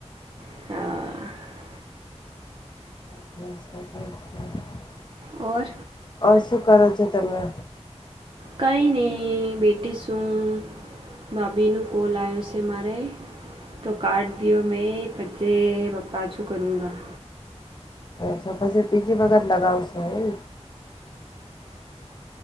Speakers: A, on the right; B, on the left.
A: હા
B: છે
A: ઓર
B: ઓ શું કરો છો તમે
A: કાંઈ નહી બેટી શું ભાભીનો કોલ આવ્યો છે મારે તો કાઢ દ્યો મેં પ્ચે પપ્પા છું કરુંંગા
B: અછા પછી બીજી બગત લગાવ છોય